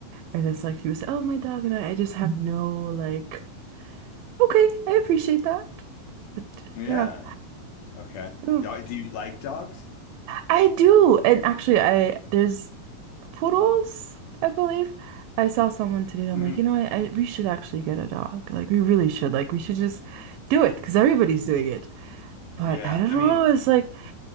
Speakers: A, on the right (about 80°); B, on the left (about 80°).
A: And it's like you say, oh, my dog and I, I just have no like, okay, I appreciate that. But
B: yeah,
A: yeah.
B: okay.
A: I don't
B: Yeah,
A: know.
B: Do you like dogs?
A: I do. And actually I there's poodles, I believe. I saw someone today. I'm
B: hmm
A: like, you know, I, I we should actually get a dog. Like, we really should. Like, we should just do it because everybody's doing it. But
B: Yeah,
A: I don't
B: I
A: know.
B: mean,
A: It's like